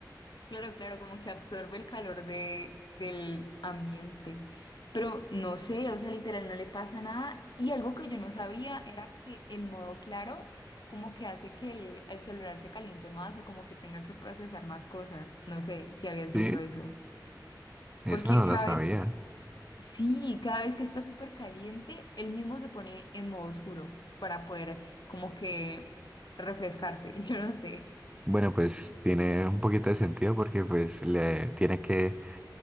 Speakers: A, on the left (about 80°); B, on the right (about 15°).
A: Claro, claro, como que absorbe el calor de, del ambiente. Pero no sé, o sea, literal, no le pasa nada. Y algo que yo no sabía era que el modo claro como que hace que el, el celular se caliente más o como que tenga que procesar más cosas. No sé si habías visto
B: Sí,
A: eso.
B: esa
A: Porque
B: no la
A: cada
B: sabía.
A: vez, sí, cada vez que está súper caliente, él mismo se pone en modo oscuro para poder como que refrescarse. <laughs> Yo no sé.
B: Bueno, pues tiene un poquito de sentido porque pues le tiene que